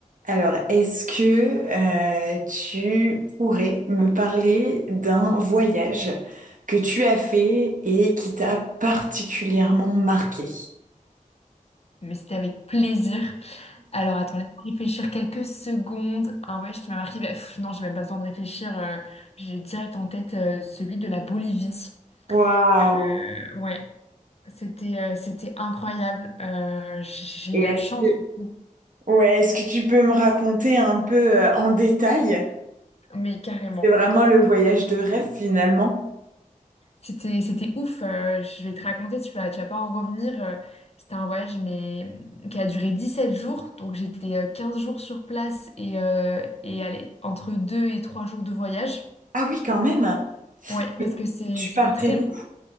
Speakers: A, on the right; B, on the left.
A: Alors, est-ce que euh, tu pourrais me parler d'un voyage que tu as fait et qui t'a particulièrement marqué?
B: mais c'était avec plaisir. Alors attends, laisse-moi réfléchir quelques secondes. Un voyage qui m'a marqué, bah, pff, non, j'ai même pas besoin de réfléchir. euh, j'ai direct en tête euh, celui de la Bolivie.
A: Waouh!
B: Euh, ouais, c'était euh, c'était incroyable. Euh, j'ai
A: Et
B: eu la
A: est-ce
B: chance,
A: que,
B: du coup.
A: ouais, est-ce que tu peux me raconter un peu euh, en détail?
B: mais carrément.
A: C'est vraiment le voyage de rêve finalement.
B: C'était c'était ouf. euh, je vais te raconter, tu vas, tu vas pas en revenir. euh, c'était un voyage mais euh, qui a duré 17 jours. Donc j'étais euh, 15 jours sur place et, euh, et allez, entre 2 et 3 jours de voyage.
A: Ah oui, quand même.
B: Ouais, parce
A: Et
B: que c'est,
A: Tu
B: c'était
A: partais
B: très
A: d'où?
B: long.